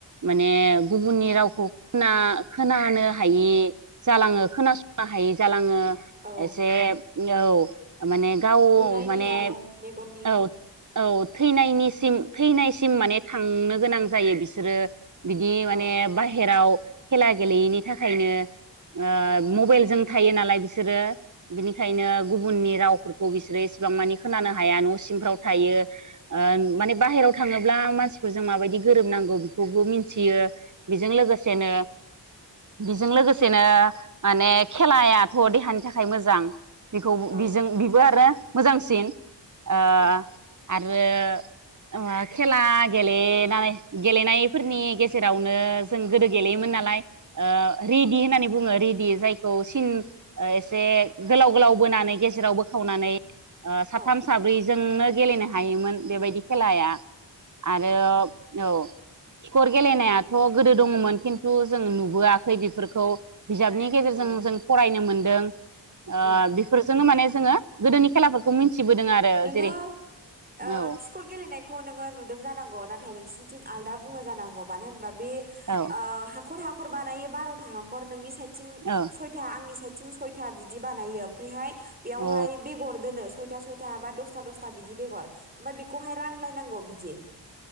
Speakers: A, on the right; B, on the right.
A: माने गुबुननि रावखौ खोना‌-खोनानो हायै जालाङो खोनासंनो हायै जालाङो।
B: औ
A: एसे औ माने गाव
B: नुनायनि
A: माने
B: आरो मेगननि
A: औ औ थैनायनिसिम थैनायसिम माने थांनो गोनां जायो बिसोरो। बिदि माने
B: औ
A: बाहेराव खेला गेलेयैनि थाखायनो ओ‌
B: औ
A: मबाइलजों थायो नालाय बिसोरो बिनि खायनो गुबुननि रावफोरखौ बिसोरो एसेबां मानि खोनानो हाया न' सिंफ्राव थायो ओ माने बाहेराव थाङोब्ला मानसिफोरजों माबायदि गोरोबनांगौ बेखौबो मिथियो। बेजों लोगोसेनो
B: औ
A: बेजों लोगोसेनो माने खेलाया थ' देहानि थाखाय मोजां खौ
B: औ
A: बिजों बिबो <unintelligible> मोजांसिन ओ
B: औ
A: आरो ओ खेला गेलेनानै गेलेनायफोरनि गेजेरावनो जों गोदो गेलेयोमोन नालाय ओ रेदि होननानै बुङो रेदि जायखौ सिन ओ एसे गोलाव गोलाव बोनानै गेजेराव बोखावनानै ओ साथाम
B: औ अ
A: साब्रैजोंनो गेलेनो हायोमोन बेबायदि खेलाया। आरो औ। खिखर गेलेनायाथ गोदो दङमोन खिन्थु जों नुबोआखै बेफोरखौ, बिजाबनि गेजेरजों
B: अ
A: जों फरायनो मोन दों। ओ
B: उम
A: बेफोरजोंनो माने जोङो गोदोनि खेलाफोरखौ <unintelligible> आरो
B: नोङो
A: जेरै
B: ओ
A: औ
B: खिखर गेलेनायखौ नोङो नुदों जानांगौ नाथाय नोंसिन्थिं आलदा बुङो जानांगौ मानो होनबा बे
A: औ
B: आह <unintelligible> खर हाखर बानायो बारथा हाखर नोंनि साइद थिं
A: औ अ
B: सयथा आंनि साइद थिं सयथा बिदि बानायो ओमफ्रायहाय बेयावहाय
A: औ
B: बेगर दोनो सय <unintelligible> था बा दसथा दसथा बिदि बेगर। ओमफाय बेखौहाय रानलायनांगौ बिदि, <inaudible>